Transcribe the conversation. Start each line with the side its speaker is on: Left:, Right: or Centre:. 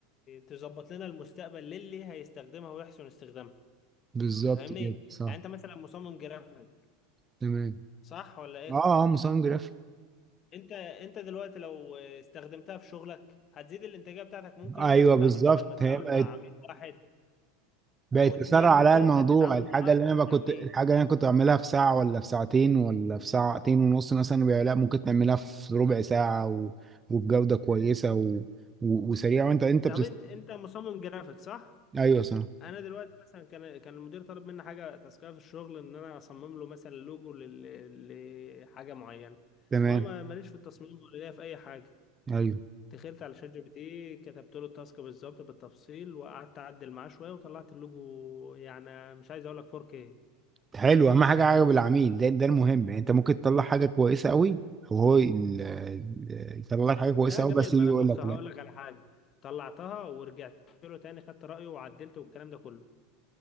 Left: تظبط لنا المستقبل للي هيستخدمها ويحسن استخدامها
Right: بالظبط
Left: انت فاهمني
Right: كده صح
Left: يعني انت مثلا مصمم جرافيك
Right: تمام
Left: صح ولا ايه
Right: اه اه مصمم جرافيك
Left: انت انت دلوقتي لو استخدمتها في شغلك هتزيد الانتاجية بتاعتك ممكن
Right: ايوه
Left: انت تتعامل
Right: بالظبط
Left: بدل ما تتعامل
Right: هي بقت
Left: مع عميل واحد
Right: بقت
Left: او اتنين
Right: تسرع
Left: ممكن
Right: عليا الموضوع
Left: انت تتعامل
Right: الحاجه
Left: مع اكتر
Right: اللي انا
Left: من
Right: بقى كنت
Left: عميل
Right: الحاجه اللي انا كنت بعملها في ساعه ولا في ساعتين ولا في ساعتين ونص مثلا بقى لا ممكن تعملها في ربع ساعه و... وبجوده كويسه و... و... وسريعه وانت انت
Left: ده
Right: بتست...
Left: من- انت مصمم جرافيك صح
Right: ايوه صح
Left: انا دلوقتي مثلا كان كان المدير طالب مني حاجه تاسكيه في الشغل ان انا اصمم له مثلا لوجو لل- لحاجه معينه
Right: تمام
Left: وانا ما- ماليش في التصميم ولا ليا في اي حاجه
Right: ايوه
Left: دخلت على شات جي بي تي كتبت له التاسك بالظبط بالتفصيل وقعدت اعدل معاه شويه وطلعت اللوجو يعني مش عايز اقول لك 4K
Right: حلو اهم حاجه عجب العميل ده ده المهم يعني انت ممكن تطلع حاجه كويسه قوي وهو ال... ال- يطلع لك حاجه كويسه
Left: لا
Right: قوي
Left: جميل
Right: بس يجي
Left: ما انا
Right: يقول
Left: بص
Right: لك
Left: هقول
Right: لا
Left: لك على حاجه طلعتها ورجعت له تاني خدت رايه وعدلته والكلام ده كله